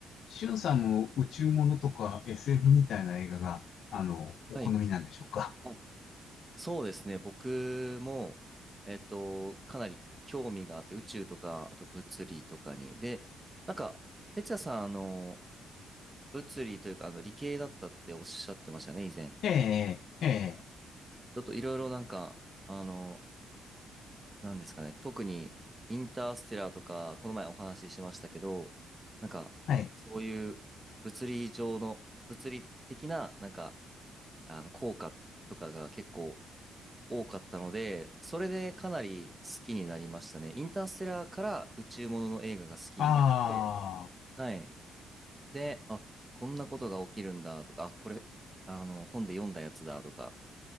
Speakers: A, on the left; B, on the right.
A: しゅんさんも宇宙ものとか SF みたいな映画が、あの、お好みなんでしょうか
B: はい。あ、そうですね。僕も、えっと、かなり興味があって、宇宙とか、あと物理とかに。で、なんか、哲也さん、あの、物理というか、あの、理系だったっておっしゃってましたね、以前。
A: ええ、ええ、
B: あちょっといろいろなんか、あの、なんですかね、特に、インターステラーとか、この前お話ししましたけど、なんか、
A: はい。
B: そういう物理上の、物理的な、なんか、あの、効果とかが結構、多かったので、それでかなり好きになりましたね。インターステラーから宇宙ものの映画が好きになって、
A: ああ、
B: はい。で、あ、こんなことが起きるんだとか、あ、これ、あの、本で読んだやつだとか、